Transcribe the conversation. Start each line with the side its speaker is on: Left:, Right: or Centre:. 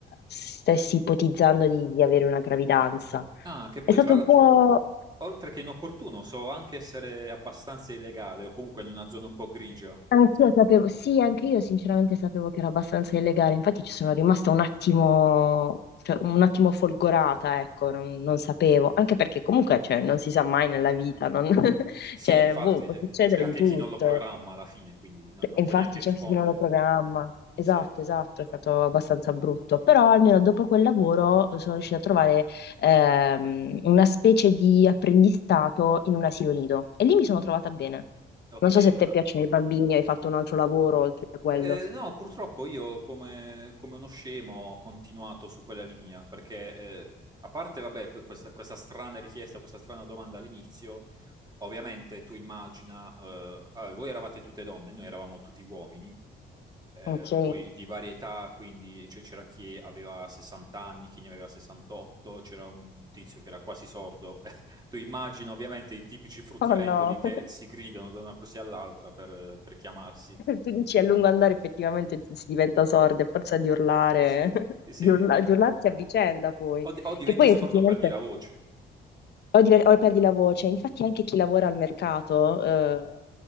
Left: stessi ipotizzando di, di avere una gravidanza.
Right: Ah, che
Left: È
Right: poi,
Left: stato
Right: tra l'altro,
Left: un po'...
Right: oltre che inopportuno, so anche essere abbastanza illegale o comunque in una zona un po' grigia.
Left: Anch'io sapevo, sì, anche io sinceramente sapevo che era abbastanza illegale, infatti ci sono rimasta un attimo, cioè, un attimo folgorata, ecco, non, non sapevo, anche perché comunque cioè, non si sa mai nella vita, non- <laughs>
Right: Sì,
Left: cioè,
Right: infatti,
Left: boh, può
Right: eh,
Left: succedere
Right: c'è anche
Left: di tutto,
Right: chi non lo programma alla fine, quindi non,
Left: Cioè,
Right: non
Left: e infatti
Right: può neanche
Left: c'è
Right: rispondere.
Left: anche chi non lo programma, esatto,
Right: Sì,
Left: esatto, è stato abbastanza brutto, però almeno dopo quel lavoro sono riuscita a trovare ehm, una specie di apprendistato in un asilo nido e lì mi sono trovata bene.
Right: ok.
Left: Non so se a te piacciono i bambini, hai fatto un altro lavoro oltre a quello.
Right: Eh, no, purtroppo io come, come uno scemo ho continuato su quella linea perché, eh, a parte, vabbè, que- questa, questa strana richiesta, questa strana domanda all'inizio, ovviamente tu immagina, eh, ah, voi eravate tutte donne, noi eravamo tutti uomini, eh,
Left: Ok.
Right: poi di varietà, quindi cioè, c'era chi aveva 60 anni, chi ne aveva 68, c'era un tizio che era quasi sordo. <laughs> Tu immagina ovviamente i tipici fruttivendoli
Left: Oh no,
Right: che
Left: <laughs>
Right: si gridano da una corsia all'altra per per chiamarsi.
Left: tu dici a lungo andare effettivamente ti- si diventa sorda, a forza di urlare,
Right: Sì.
Left: <laughs>
Right: Sì,
Left: di, urla-
Right: eh,
Left: di urlarsi a vicenda poi,
Right: O, di- o diventi
Left: che poi effettivamente
Right: sordo o perdi la voce.
Left: o, diver- o perdi la voce, infatti anche chi lavora al mercato, eh,